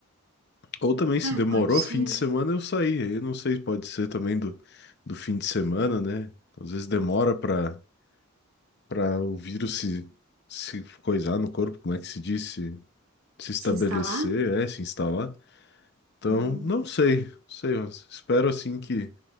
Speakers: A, on the left (about 50°); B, on the right (about 85°).
A: Ou também se
B: É,
A: demorou,
B: pode ser.
A: fim de semana eu saí. Aí eu não sei, pode ser também do, do fim de semana, né? Às vezes demora para para o vírus se, se coisar no corpo, como é que se diz? Se, se estabelecer,
B: Se instalar?
A: é, se instalar. Então,
B: Uhum.
A: não sei, não sei, mas espero assim que